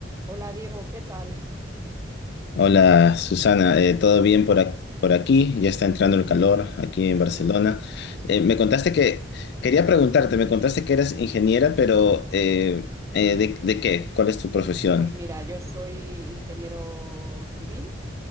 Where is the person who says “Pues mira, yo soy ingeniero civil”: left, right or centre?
Right